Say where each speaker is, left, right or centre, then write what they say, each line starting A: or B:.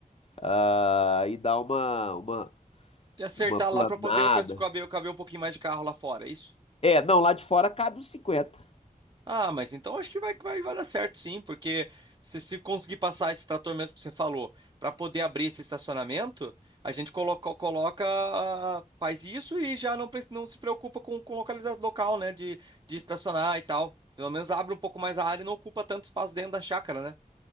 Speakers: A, on the left; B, on the right.
A: ah, e dar uma, uma,
B: e acertar
A: uma planada.
B: lá para poder o pessoal caber, caber um pouquinho mais de carro lá fora, é isso?
A: É, não, lá de fora cabe uns 50.
B: Ah, mas então acho que vai, vai, vai dar certo sim, porque se, se conseguir passar esse trator mesmo que você falou, para poder abrir esse estacionamento, a gente coloca, coloca, ah, faz isso e já não, pre- não se preocupa com, com localizar local, né, de, de estacionar e tal. Pelo menos abre um pouco mais a área e não ocupa tanto espaço dentro da chácara, né?